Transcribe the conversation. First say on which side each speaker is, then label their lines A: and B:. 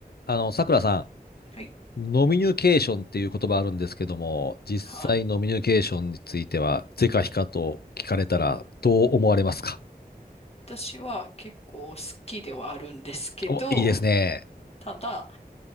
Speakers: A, on the left; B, on the left.
A: あの、さくらさ
B: はい。
A: ん、ノミニュケーションっていう言葉あるんですけども、実際ノミニュケーションについては、
B: あ、
A: 是か非かと聞かれたらどう思われますか
B: 私は結構好きではあるんですけど、
A: お、いいですね。
B: ただ、